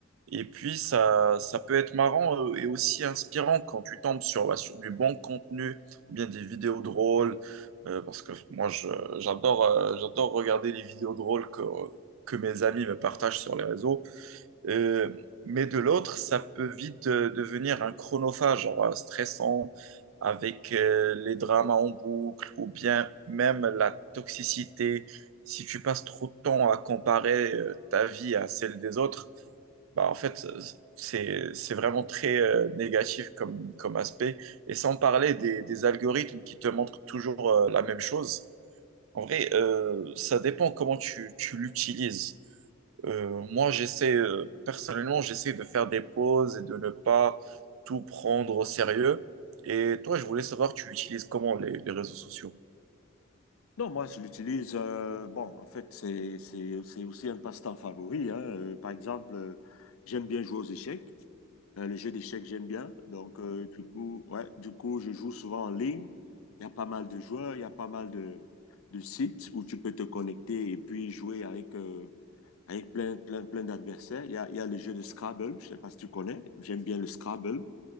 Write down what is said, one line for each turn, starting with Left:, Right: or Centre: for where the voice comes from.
Right: Et puis, ça, ça peut être marrant euh, et aussi inspirant quand tu tombes sur, bah, sur du bon contenu ou bien des vidéos drôles. euh, parce que moi, je- j'adore euh, j'adore regarder les vidéos drôles que, que mes amis me partagent sur les réseaux. Euh, mais de l'autre, ça peut vite euh, devenir un chronophage, genre euh, stressant, avec euh, les dramas en boucle ou bien même la toxicité. Si tu passes trop de temps à comparer euh, ta vie à celle des autres, bah, en fait, euh, c'est c'est vraiment très euh, négatif comme, comme aspect. Et sans parler des, des algorithmes qui te montrent toujours euh, la même chose. En vrai, euh, ça dépend comment tu, tu l'utilises. Euh, moi, j'essaie, euh, personnellement, j'essaie de faire des pauses et de ne pas tout prendre au sérieux. Et toi, je voulais savoir, tu utilises comment les, les réseaux sociaux?
Left: Non, moi, je l'utilise. euh, bon, en fait, c'est, c'est, c'est aussi un passe-temps favori. hein. Euh, par exemple, euh, j'aime bien jouer aux échecs. Euh, les jeux d'échecs, j'aime bien. Donc, euh, du coup, ouais, du coup, je joue souvent en ligne. Il y a pas mal de joueurs, il y a pas mal de, de sites où tu peux te connecter et puis jouer avec, euh, avec plein, plein, plein d'adversaires. Il y a, il y a le jeu de Scrabble, je sais pas si tu connais. J'aime bien le Scrabble.